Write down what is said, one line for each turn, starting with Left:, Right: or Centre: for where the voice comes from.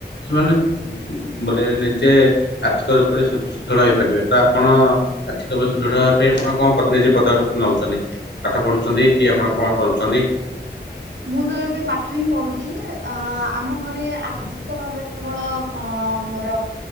Left: ସେମାନେ ବୋଲେ ନିଜେ ଆର୍ଥିକ ରୂପରେ ସୁ ସୁଦୃଢ ହେଇପାରିବେ ତ ଆପଣ ଆର୍ଥିକ <unintelligible> ସୁଦୃଢ ତା ପାଇଁ ଆପଣ କଣ ପ ନିଜେ ପଦକ୍ଷେପ ନଉଛନ୍ତି। ପାଠ ପଢୁଛନ୍ତି କି ଆପଣ କଣ କରୁଛନ୍ତି?
Right: ମୁଁ ତ ଏବେ ପାଠ ହିଁ ପଢୁଛି ଅ ଆମ ଘରେ ଆର୍ଥିକ ଭାବରେ କେବଳ ଅ ମୋର